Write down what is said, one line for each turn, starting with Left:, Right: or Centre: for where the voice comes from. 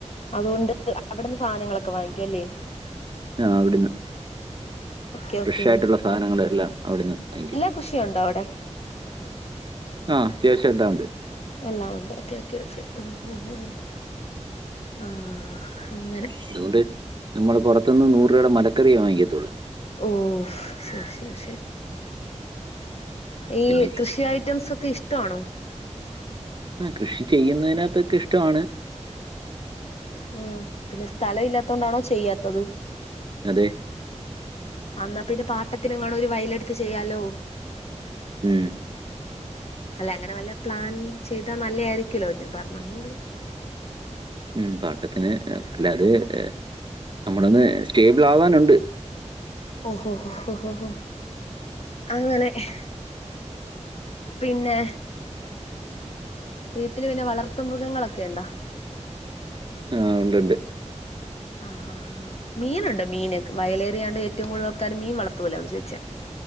Left: അതുകൊണ്ട് അവിടുന്ന് സാധനങ്ങളൊക്കെ വാങ്ങിക്കു അല്ലേ
Right: ആ അവിടുന്ന്
Left: ഓക്കെ
Right: ഫ്രഷ്
Left: ഓക്കെ
Right: ആയിട്ടുള്ള സാധനങ്ങളൾ എല്ലാം അവിടുന്ന് വാ
Left: എല്ലാ കൃഷിയുണ്ടോ അവിടെ
Right: ആഹ് അത്യാവശ്യം എല്ലാ ഉണ്ട്
Left: എല്ലാം ഉണ്ട് ക്കെ ക്കെ ക്കെ ഹും ഹും ആഹ് അങ്ങനെ
Right: അതുകൊണ്ട് നമ്മള് പുറത്തുന്ന് നൂറ് രൂപയുടെ മലക്കറിയേ വാങ്ങിത്തുള്ളൂ
Left: ഓഹ് ശരി ശരി ശരി. ഈ
Right: പിന്നെ
Left: കൃഷിയായി റ്റംസ് ഒക്കെ ഇഷ്ടാണോ
Right: ആ കൃഷി ചെയ്യുന്നതിനകത്തൊക്കെ ഇഷ്ടവാണ്
Left: ഉം പിന്നെ സ്ഥലം ഇല്ലാത്തോണ്ടാണോ ചെയ്യാത്തത്
Right: അതെ
Left: അന്നാ പിന്നെ പാട്ടത്തിനങ്ങണൊ രു വയലെടുത്ത് ചെയ്യാലോ
Right: ഉം
Left: അല്ല അങ്ങനെ വല്ല പ്ലാൻ ചെയ്താ നല്ലയായിരിക്കല്ലോ ഞാൻ പറഞ്ഞന്നേ ഉള്ളൂ
Right: ഉും പാട്ടത്തിന് അല്ലാതെ എ നമ്മളൊന്ന് സ്റ്റേബിൾ ആവാനുണ്ട്
Left: ഓഹോ ഹോ ഹോ ഹോ അങ്ങനെ ഹ് പിന്നെ വീട്ടില് പിന്നെ വളർത്ത് മൃഗങ്ങളൊക്കെ യുണ്ടോ
Right: ആഹ് ഉണ്ട്ണ്ട്
Left: ആഹാഹാ മീനുണ്ടോ മീന് വയലേറിയാണ്ട് ഏറ്റവും കൂടുതൽ ആൾക്കാര് മീൻ വളർത്തൂലോ അതാ ചോയിച്ച